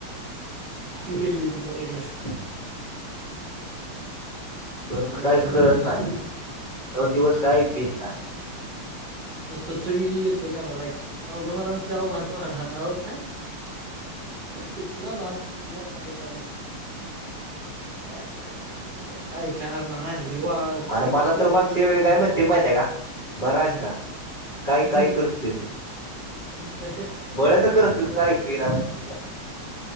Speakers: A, on the right; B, on the left.
A: ती वेगळी तू बा गोष्ट.
B: <inaudible> खरं त
A: ऐकायला
B: काहीच कळतं
A: दगड
B: नाय
A: काय
B: ते दोन दिवस काय ऐकू येत नाय.
A: नुस्त चुईई य ठिक आहे माझ ऐक पाव्हण मला म्ह आहो भात वाढा होव काय. कुठला भात, कुठला काय त्या भात? काय आता कारायच का ऐका नाही र ले वो.
B: अरे
A: काय
B: मला
A: कसं
B: तर
A: होत
B: मागच्या
A: बघेल
B: वेळी
A: न
B: काय
A: आज
B: म्हणते माहिती आहे का बरा आहेस
A: हम्म.
B: का
A: <unintelligible>
B: काय काय करतोय मी बळ्यानं करतोय काय ऐकू ना म्हणते